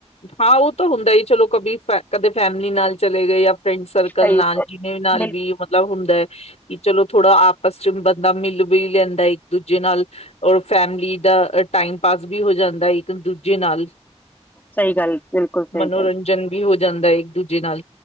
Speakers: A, on the left (about 65°); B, on the left (about 15°).
A: ਹਾਂ ਓ ਤਾਂ ਹੁੰਦਾ ਈ ਚਲੋ ਕਭੀ ਕਦੇ ਫੈਮਿਲੀ ਨਾਲ ਚਲੇ ਗਏ ਯਾ ਫਰੈਂਡ ਸਰਕਲ
B: ਸਹੀ
A: ਨਾਲ ਜਿਨੇ ਨਾਲ
B: ਬਿਲਕੁਲ
A: ਵੀ ਮਤਲਬ ਹੁੰਦੈ। ਕੀ ਚਲੋ ਥੋੜਾ ਆਪਸ ਚ ਬੰਦਾ ਮਿਲ ਵੀ ਲੈਂਦਾ ਇੱਕ ਦੂਜੇ ਨਾਲ। ਔਰ ਫੈਮਲੀ ਦਾ ਟਾਈਮ ਪਾਸ ਸ ਵੀ ਹੋ ਜਾਂਦਾ ਇੱਕ ਦੂਜੇ ਨਾਲ,
B: ਸਹੀ ਗੱਲ ਬਿਲਕੁਲ ਸਹੀ
A: ਮਨੋਰੰਜਨ
B: ਗੱਲ
A: ਵੀ ਹੋ ਜਾਂਦਾ ਇੱਕ ਦੂਜੇ ਨਾਲ,